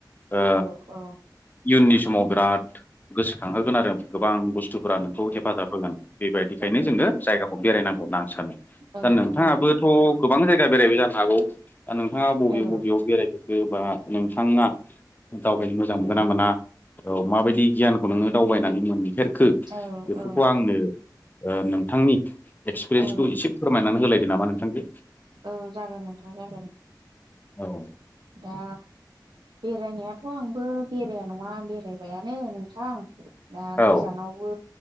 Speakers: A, on the left (about 25°); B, on the right (about 85°).
A: ओ
B: औ औ
A: इयुननि समाव बिराद गोसोखांहोगोन आरो गोबां बुस्थुफोरा नोंखौ हेफाजाब होगोन बेबायदिखायनो
B: नंगौ
A: जोङो जायगाखौ बेरायनांगौ होनना आं सानो
B: औ
A: दा नोंथाङाबोथ
B: नंगौ
A: गोबां जायगा बेरायबाय जा हागौ दा नोंथाङा बबे
B: औ
A: बबेयाव बेरायफेरखो बा नोंथाङा दावबायनो मोजां
B: नंगौ
A: मोनगोना
B: नोंथां
A: मोना औ माबायदि गियान नोङो दावबायनानै मोनफेरखो
B: औ
A: बेफोरखौ आंनो नोंथांनि एक्सपिरियेन्सखौ
B: औ
A: एसे फोरमायनानै होलायदो नामा नोंथां दे
B: औ जागोन नोंथां जागोन।
A: औ
B: दा बेरायनायाथ' आंबो बेराया नङा बेरायबायानो नोंथां दा
A: औ
B: गोजानावबो